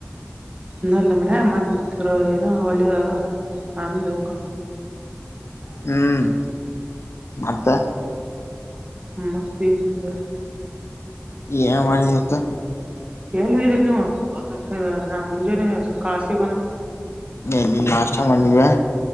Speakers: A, on the right; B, on the left.
A: ಇ ಇಲ್ಲ ಮನ ಮಂದಿ ಕೂತಿರ ಏನ ಒಳ್ಳೆಯದಾರ ಆಮೇಲೆ ಹೋಗಕಣ ಹ
B: ಹ್ಮಞ ಮತ್ತೆ
A: ಮತ್ತೇನಿಲ್ಲ
B: ಇ ಮಾಡಾರಿ ಇವತ್ತು
A: ಎನ್ ಹೇಳಿದೀರಿ ನೀವು ಈಗ ನಾ ಮುಂಜೆನೆೇ ಕಾಸತಿಗಾನ <inaudible>
B: ಎಲ್ಲಿ ನಾಷ್ಟ ಮಾಡಿವೆ